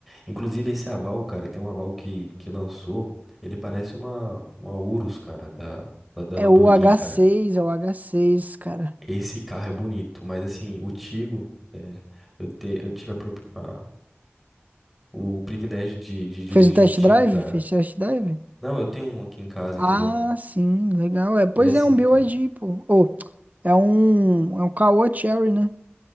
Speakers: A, in the centre; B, on the right (about 40°).
A: Inclusive esse aval, cara, tem um aval que, que lançou, ele parece uma, uma Urus, cara, da, da, da
B: é
A: Lamborghini,
B: o h
A: cara.
B: seis, é o h seis, cara.
A: Esse carro é bonito, mas assim, o Tigo, é, eu, te- eu tive a pro- a- o privilégio de, de dirigir
B: Fez um test
A: um Tigo,
B: drive?
A: cara.
B: Fez test drive?
A: Não, eu tenho um aqui em casa,
B: Ah,
A: entendeu?
B: sim, legal. É, pois
A: E é assim,
B: é um BYD,
A: cara.
B: pô. Ou é um, é um Caoa Cherry, né?